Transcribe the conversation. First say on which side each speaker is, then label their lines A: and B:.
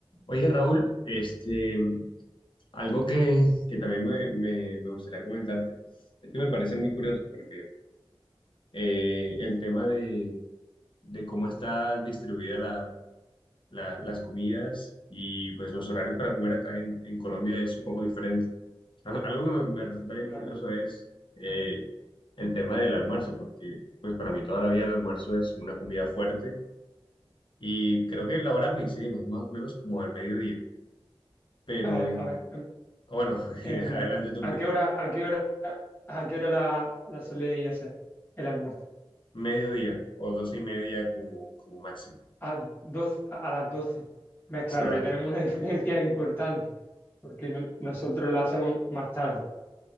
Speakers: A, on the left; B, on the left.
A: Oye, Raúl, este, algo que, que también me, me- me gustaría comentarte, es que me parece muy curioso porque eh, el tema de, de cómo está distribuida la- la- las comidas y pues los horarios para comer acá en, en Colombia es un poco diferente. Al- Algo que me, me resulta bien
B: Claro.
A: curioso es eh,
B: A,
A: el tema del almuerzo, porque pues para mí toda la vida el almuerzo es una comida fuerte y creo que la hora coincidimos, es más o menos como al mediodía pero
B: a-
A: en,
B: a ver, en,
A: Bueno, <laughs>
B: en-
A: adelante tú,
B: ¿a
A: porque
B: qué hora, a qué hora, a qué hora la, la soléis hacer el almuerzo?
A: mediodía o doce y media como, como máximo.
B: A, doce- a las 12? Ves, claro,
A: Sí, a
B: ahí
A: la-
B: tenemos una <laughs> diferencia importante, porque no- nosotros la hacemos más tarde.